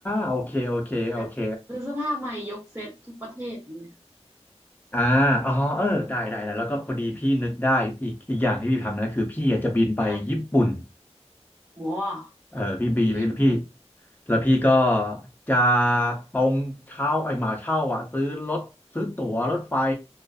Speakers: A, on the left; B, on the right.
A: โอเคโอเคโอเค
B: แบบซื้อเสื้อผ้าใหม่ยกเซ็ตทุกประเทศเนี่ย
A: อ่าอ๋อเออได้ได้ได้แล้วก็พอดีพี่นึกได้อีกอีกอย่างที่พี่ทำนะคือพี่อยากจะบินไปญี่ปุ่น
B: อะไรว้ว
A: เออพี่บีพี่
B: ญี่ปุ่น
A: แล้วพี่ก็จะตรงเช่าไอ้ยหมาเช่าอ่ะซื้อรถซื้อตั๋วรถไฟ